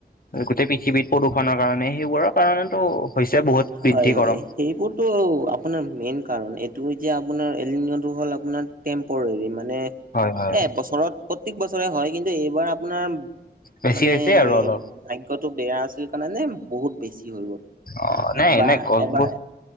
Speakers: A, on the left; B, on the right.
A: গোটেই পৃথিৱীত প্ৰদূষণৰ কাৰণে, সেইবোৰৰ কাৰণেতো হৈছে বহুত। বৃদ্ধি
B: হয়, হয়।
A: গৰম
B: সেইবোৰ এইটো আপোনাৰ মেইন কাৰণ। এইটো যে, আপোনাৰ এল নিনোটো হ'ল, আপোনাৰ টেম্পৰেৰি। মানে
A: হয় হয়
B: এক বছৰত, প্ৰত্যেক বছৰে হয়। কিন্তু, এইবাৰ আপোনাৰ
A: বেছি
B: মানে,
A: হৈছে আৰু অলপ
B: ভাগ্যটো বেয়া আছিল কাৰণে, বহুত বেছি হৈ গ'ল।
A: অ'! নাই
B: বা
A: নাই গছবোৰ
B: এবাৰ